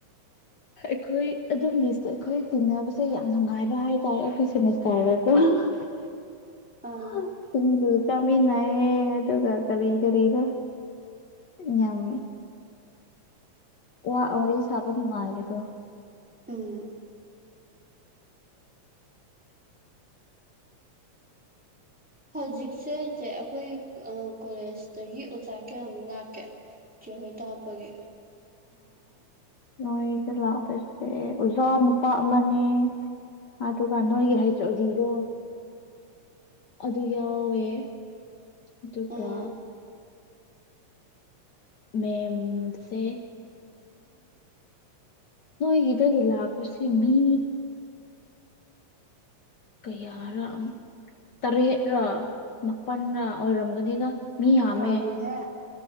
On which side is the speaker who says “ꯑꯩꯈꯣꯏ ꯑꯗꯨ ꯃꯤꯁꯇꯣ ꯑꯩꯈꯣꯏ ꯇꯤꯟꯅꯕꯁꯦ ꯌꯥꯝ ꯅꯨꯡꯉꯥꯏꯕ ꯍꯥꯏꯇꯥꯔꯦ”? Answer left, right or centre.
Left